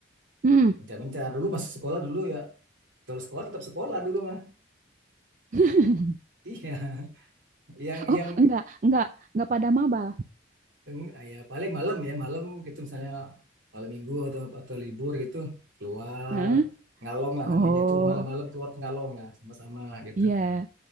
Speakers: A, on the right; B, on the right.
A: Hmm.
B: mencar-mencar. Dulu masih sekolah dulu ya. Terus sekolah tetap sekolah dulu mah. <laughs>
A: <laughs>
B: Iya, yang yang
A: Oh enggak enggak enggak pada maba.
B: eng- ah, ya paling malam ya, malam gitu misalnya malam minggu atau atau libur gitu keluar
A: <laughs>
B: ngalong lah
A: Oh,
B: namanya itu malam-malam keluar ngalong lah sama-sama gitu.
A: iya.